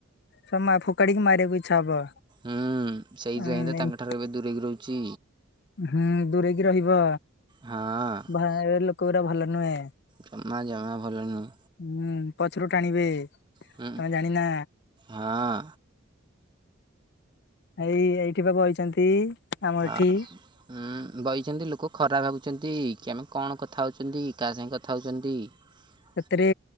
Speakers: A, on the left; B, on the right.
A: ସ ଫୋକାଡିକି ମାରିବାକୁ ଇଚ୍ଛା ହବ।
B: ହୁଁ ସେଇଥିପାଇଁ
A: ଉଁ
B: ତ
A: ଏମ୍-
B: ତାଙ୍କ ଠାରୁ ଏବେ ଦୂରେଇକି ରହୁଛି।
A: ହୁଁ ଦୂରେଇକି ରହିବ
B: ହଁ
A: ଏ ଲୋକ ଗୁରା ଭଲ ନୁହେଁ।
B: ଜମା ଜମା ଭଲ ନୁହଁ।
A: ହୁଁ, ପଛରୁ ଟାଣିବେ।
B: ହୁଁ
A: ତମେ ଜାଣିନା
B: ହଁ।
A: ଏଇ ଏଇଠି ବା ବଇଛନ୍ତି। ଆମ
B: ହ।
A: ଏଠି
B: ଉଁ ବଇଛନ୍ତି ଲୋକ ଖରାପ ଭାବୁଛନ୍ତି କି ଆମେ କଣ କଥା ହଉଛନ୍ତି କାହା ସାଙ୍ଗେ କଥା ହଉଛନ୍ତି। ଁ
A: ସତରେ।